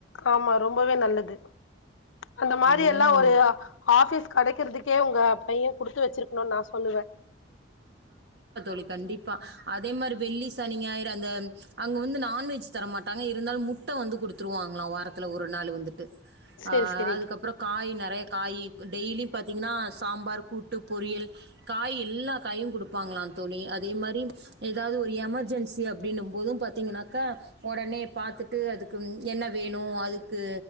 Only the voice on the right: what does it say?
ம்
ழி கண்டிப்பா அதே மாதிரி வெள்ளி, சனி, ஞாயரு, அந்த அங்க வந்து நான் வெஜ் தர மாட்டாங்க இருந்தாலு முட்ட வந்து குடுத்துருவாங்களா வாரத்துல ஒரு ஒரு நாள் வந்துட்டு
அ
அதுக்கப்புறோ கா காய் நறைய காயி கு டெய்லியும் பாத்தீங்கன்னா சாம்பார், கூட்டு, பொறியல், காயி எல்லா காயும் குடுப்பாங்களா தோழி அதே மாரி ஏதாவது ஒரு எமர்ஜென்சி அப்புடின்னு போதும் பாத்தீங்கனாக்கா ஒடனே பாத்துட்டு அதுக்கு என்ன வேணும் அதுக்கு